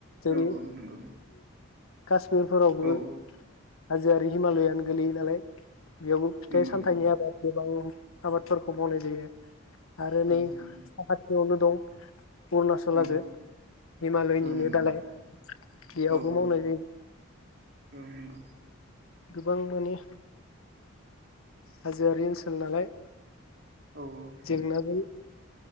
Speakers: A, on the left; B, on the right.
A: जेरै
B: औ औ नंगौ
A: कासमिरफोरावबो
B: औ
A: हाजोआरि हिमालयानो गोलैयो नालाय बेयावबो फिथाइ
B: नंगौ
A: सामथाइनि
B: नंगौ
A: आबाद गोबां आबादफोरखौ मावनाय जायो। आरो
B: औ
A: नै <unintelligible>
B: नंगौ
A: बेयावनो दं अरुणाचल
B: औ
A: हाजों हिमालयनिनो
B: औ नंगौ
A: दालाय बेयावबो
B: औ औ
A: मावनाय जायो।
B: औ नंगौ
A: गोबां माने हाजोआरि ओनसोल नालाय
B: औ औ
A: जेंनाजों